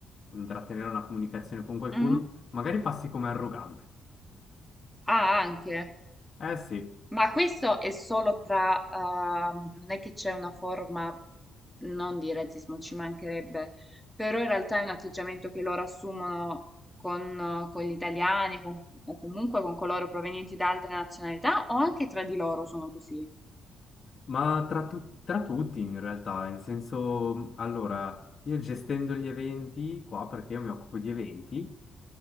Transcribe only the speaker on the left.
intrattenere una comunicazione con qualcuno,
magari passi come arrogante.
Eh sì.
Ma tra, tu- tra tutti in realtà, in senso, allora, io gestendo gli eventi qua, perché io mi occupo di eventi,